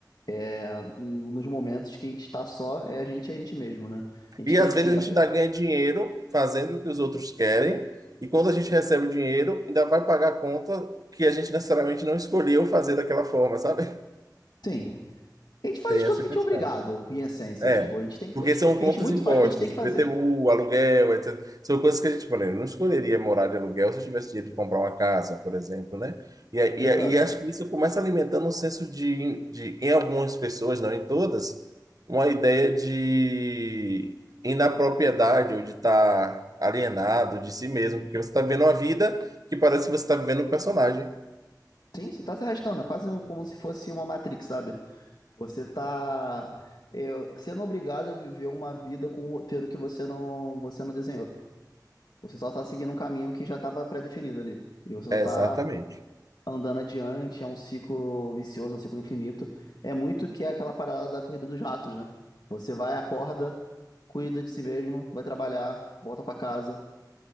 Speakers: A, on the left (about 70°); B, on the right (about 55°).
A: É, em- nos momentos que a gente está só, é a gente e a gente mesmo, né? A gente
B: E
A: tem
B: às
A: que.
B: vezes a
A: ap-
B: gente ainda ganha dinheiro fazendo o que os outros querem, e quando a gente recebe o dinheiro, ainda vai pagar a conta que a gente necessariamente não escolheu fazer daquela forma, sabe?
A: Sim. A gente faz
B: Tem
A: as coisas
B: essa
A: que
B: questão.
A: a gente é obrigado, em essência.
B: É,
A: Tipo, a gente tem,
B: porque
A: a gente,
B: são
A: a
B: contas
A: gente muito
B: impostas,
A: faz o que a gente tem que
B: IPTU,
A: fazer.
B: aluguel, etc. São coisas que a gente, por exemplo, não escolheria morar de aluguel se eu tivesse dinheiro de comprar uma casa, por exemplo, né? E, aí- e,
A: Exato.
B: aí- e acho que isso começa alimentando um senso de, de, em algumas pessoas, não em todas, uma ideia de inapropriedade ou de estar alienado de si mesmo, porque você está vivendo uma vida que parece que você está vivendo um personagem.
A: Sim, você tá se arrastando, é quase um, como se fosse uma Matrix, sabe? Você tá é, sendo obrigado a viver uma vida com um roteiro que você não, você não desenhou. Você só tá seguindo um caminho que já tava pré-definido ali. E você só
B: É,
A: tá
B: exatamente.
A: andando adiante, é um ciclo vicioso, é um ciclo infinito. É muito que é aquela parada da corrida dos ratos, né? Você vai, acorda, cuida de si mesmo, vai trabalhar, volta pra casa